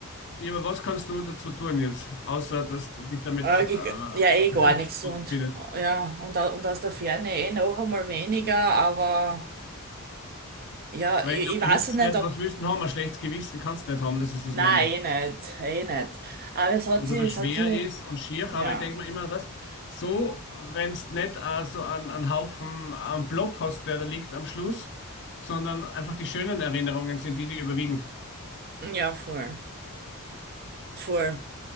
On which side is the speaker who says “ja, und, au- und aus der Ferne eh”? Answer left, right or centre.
Right